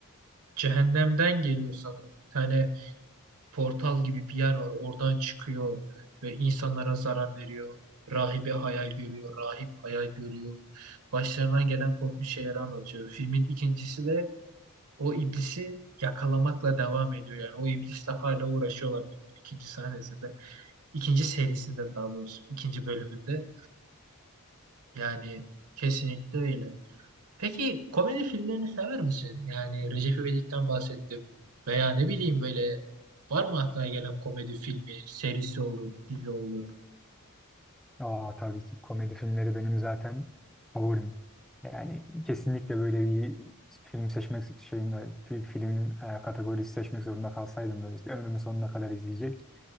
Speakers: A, on the right; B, in the centre.
A: cehennemden geliyor sanırım. Bir tane portal gibi bir yer var. Oradan çıkıyor ve insanlara zarar veriyor. Rahibe hayal görüyor, rahip hayal görüyor. Başlarından gelen korkunç şeyleri anlatıyor. Filmin ikincisi de o iblisi yakalamakla devam ediyor. Yani o iblisle hala uğraşıyorlar filmin ikinci sahnesinde. ikinci serisinde daha doğrusu, ikinci bölümünde. Yani kesinlikle öyle. Peki komedi filmlerini sever misin? Yani Recep İvedik'ten bahsettim. Veya ne bileyim böyle var mı aklına gelen komedi filmi, serisi olur, dizi olur?
B: Aa tabii ki komedi filmleri benim zaten favorim. Yani kesinlikle böyle bir film seçmek şeyinde, bir film e, kategorisi seçmek zorunda kalsaydım da ömrümün sonuna kadar izleyecek.